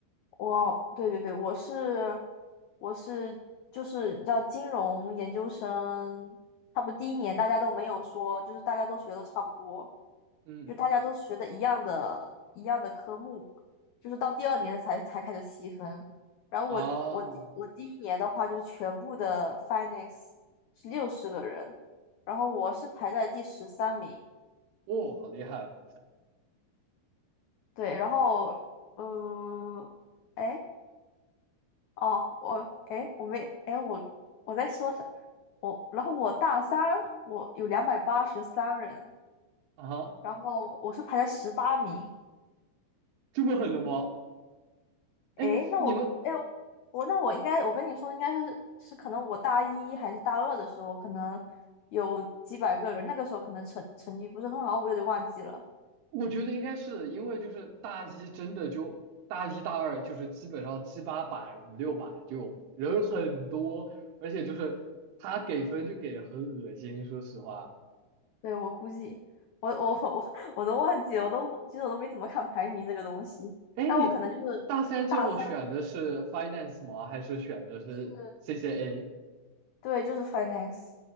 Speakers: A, on the left; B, on the right.
A: 我对对对，我是我是就是你知道金融研究生，他不第一年大家都没有说，就是大家都学的差不多，
B: 嗯，
A: 就大家都学的一样的一样的科目，就是到第二年才才开始细分。然后我我第我第一年的话就是全部的
B: 啊，哦，
A: finance 是六十个人，然后我是排在第十三名，
B: 好厉害
A: 对，然后嗯。哎。哦，我哎，我没哎，我我在说啥？我然后我大三，我有两百八十三人，
B: 啊哈
A: 然后我是排在十八名。
B: 这么狠的吗？哎，
A: 哎，那我哎呦我那我应该我跟你说，
B: 你们，
A: 应该是是可能我大一还是大二的时候，可能有几百个人，那个时候可能成成绩不是很好，我有点忘记了。
B: 我觉得应该是因为就是大一真的就大一大二就是基本上七八百五六百就人很多，而且就是他给分就给的很恶心，说实话。
A: 对，我估计我我我 <laughs> 我都忘记了，我都其实我都没怎么看排名这个东西，
B: 哎，
A: 但我可能就是大三
B: 你大三最后选的是 finance 吗？还是选的是
A: 是
B: CCA
A: 对，就是 finance。